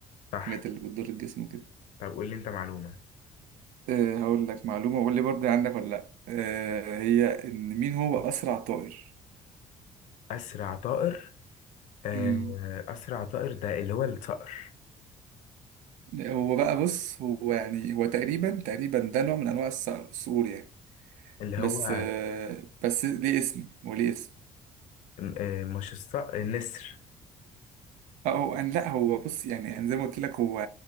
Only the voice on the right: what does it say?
الحاجات اللي بتضر الجسم وكده
أه هقول لك معلومة وقول لي برضه عندك ولا لأ أه هي إن مين هو أسرع طائر؟
مم.
هو بقى بص هو يعني هو تقريبا تقريبا ده نوع من انواع الص- الصقور يعني
بس
آه، بس ليه اسم وليه اسم
اه هو أن- لا هو بص يعني أنا زي ما قلت لك هو